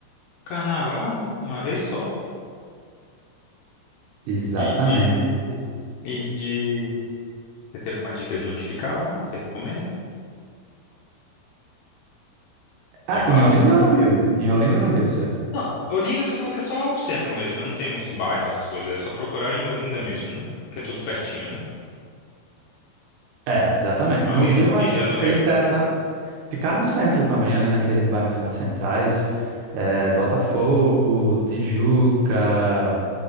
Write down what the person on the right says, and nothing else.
Exatamente.
Ah,
em Olinda ou no Rio? Em Olinda ou no Rio, você...
É, exatamente.
No Rio, eu acho
que seria
interessante Ficar no centro também, ali naqueles bairros mais centrais, eh, Botafogo, Tijuca,